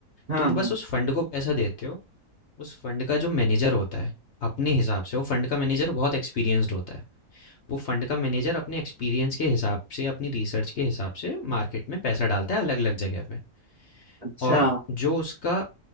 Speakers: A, on the right; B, on the left.
A: हाँ
B: तुम बस
A: हाँ
B: उस फंड को पैसा देते हो उस फंड का जो मैनेजर होता है अपने हिसाब से वो फंड का मैनेजर बहुत एक्सपीरियंस्ड होता है वो फंड का मैनेजर अपने एक्सपीरियंस के हिसाब से अपनी रिसर्च के हिसाब से मार्केट में पैसा डालता है अलग अलग जगह पे
A: अच्छा
B: और जो उसका